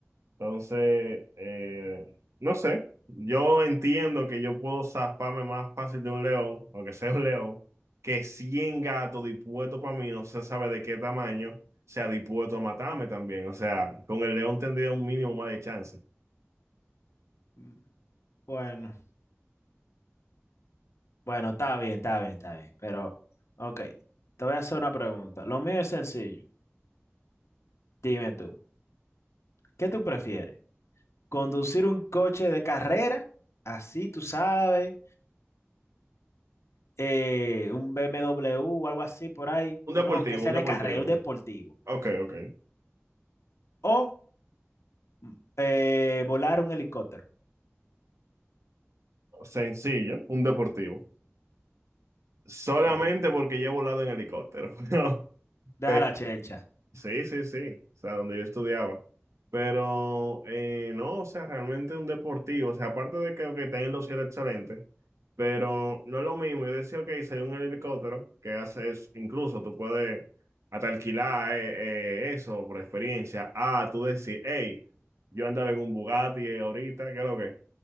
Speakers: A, on the right; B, on the left.
A: entonces, eh, no sé, yo entiendo que yo puedo zafarme más fácil de un león, aunque sea un león, que 100 gatos dispuestos para mí, no se sabe de qué tamaño, sea dispuesto a matarme también. O sea, con el león tendría un mínimo más de chance.
B: Mm, Bueno. Bueno, está bien, está bien, está bien. Pero, ok, te voy a hacer una pregunta. Lo mío es sencillo. Dime tú, ¿qué tú prefieres? ¿Conducir un coche de carrera? Así, tú sabes, eh, un BMW o algo así por ahí,
A: Un deportivo,
B: uno que sea
A: un deportivo.
B: de carrera, un deportivo.
A: Ok, ok.
B: O mm, eh, volar un helicóptero.
A: Sencillo, un deportivo. Solamente
B: Ok,
A: porque yo he volado en helicóptero. <laughs>
B: deja la chelcha.
A: Sí, sí, sí, o sea, donde yo estudiaba. Pero eh, no, o sea, realmente un deportivo, o sea, aparte de que que tienen los cielos excelentes, pero no es lo mismo. Yo decía, ok, si hay un helicóptero que hace eso, incluso tú puedes hasta alquilar eh, eh, eso por experiencia. Ah, tú decís, hey, yo andaba en un Bugatti eh, ahorita, ¿qué es lo que?